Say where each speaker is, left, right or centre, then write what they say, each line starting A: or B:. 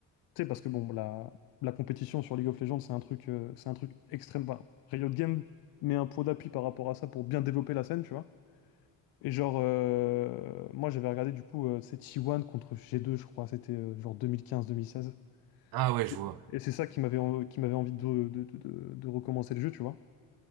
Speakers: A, on the left; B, on the right.
A: Tu sais, parce que bon, la, la compétition sur League of Legends, c'est un truc, euh, c'est un truc extrême. Enfin, Riot Games met un pot d'appui par rapport à ça pour bien développer la scène, tu vois. Et genre, euh, moi j'avais regardé du coup, euh, c'est T1 contre G2, je crois, c'était euh, genre 2015-2016.
B: Ah ouais,
A: C'est-
B: je vois.
A: Et c'est ça qui m'avait en- qui m'avait envie de, de, de, de- de recommencer le jeu, tu vois.